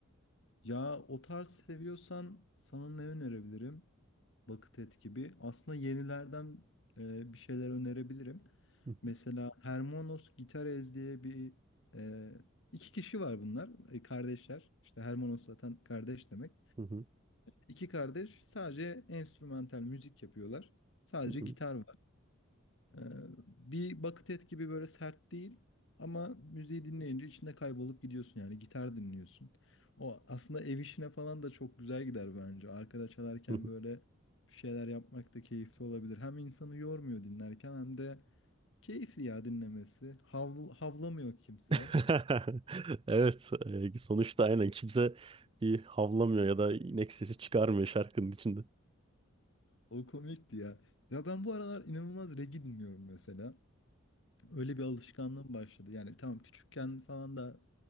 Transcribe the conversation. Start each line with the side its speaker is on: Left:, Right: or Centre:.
Left: ya o tarz seviyorsan sana ne önerebilirim? Bakıtet gibi. Aslında yenilerden e, bir şeyler önerebilirim.
Right: Hı hı,
Left: Mesela Hermanos Gitarez diye bir e, iki kişi var bunlar. e, kardeşler. İşte Hermanos zaten kardeş demek.
Right: hı hı,
Left: İki kardeş sadece enstrümantal müzik yapıyorlar. Sadece
Right: hı
Left: gitar Ee, bir bucket et gibi böyle sert değil ama müziği dinleyince içinde kaybolup gidiyorsun yani gitar dinliyorsun. O aslında ev işine falan da çok güzel gider bence. Arkada çalarken
Right: hı.
Left: böyle bir şeyler yapmak da keyifli olabilir. Hem insanı yormuyor dinlerken hem de keyifli ya dinlemesi. Havl havlamıyor kimse.
Right: <laughs> Evet, e, sonuçta aynen kimse bir havlamıyor ya da inek sesi çıkarmıyor şarkının içinde.
Left: O komikti ya. Ya ben bu aralar inanılmaz reggae dinliyorum mesela. Öyle bir alışkanlığım başladı. Yani tamam küçükken falan da